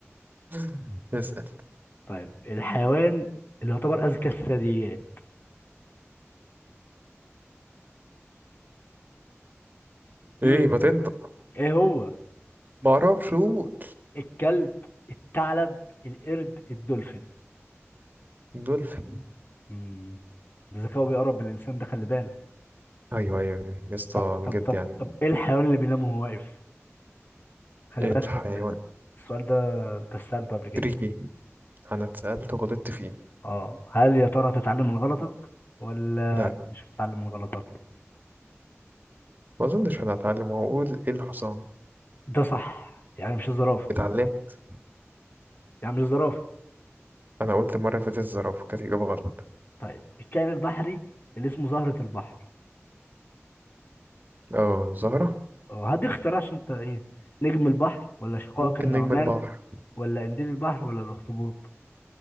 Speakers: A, on the right; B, on the left.
A: <laughs> اسأل
B: طيب الحيوان اللي يعتبر أذكى الثدييات مم.
A: ايه ما تنطق
B: ايه هو
A: ما اعرفش قول
B: الكلب الثعلب القرد الدولفين
A: دولفين
B: امم ذكاؤه بيقرب من الإنسان ده خلي بالك
A: ايوه ايوه أيوة. يا اسطى
B: طب طب
A: بجد
B: طب
A: يعني
B: طب ايه الحيوان اللي بينام وهو واقف خلي
A: الحيوان
B: بالك السؤال ده انت سألته قبل كده
A: تريكي انا اتسألت وغلطت فيه
B: اه هل يا ترى هتتعلم من غلطك ولا
A: لا
B: مش هتتعلم من غلطك
A: ما اظنش انا اتعلم واقول ايه الحصان
B: ده صح يعني مش الزرافة
A: اتعلمت
B: يعني مش الزرافة
A: انا قلت المره اللي فاتت الزرافه كانت اجابه غلط
B: طيب الكائن البحري اللي اسمه زهرة البحر
A: اه زهره
B: أه، هديك اختيار عشان انت ايه نجم البحر ولا شقائق
A: ممكن
B: النعمان
A: نجم البحر
B: ولا قنديل البحر ولا الأخطبوط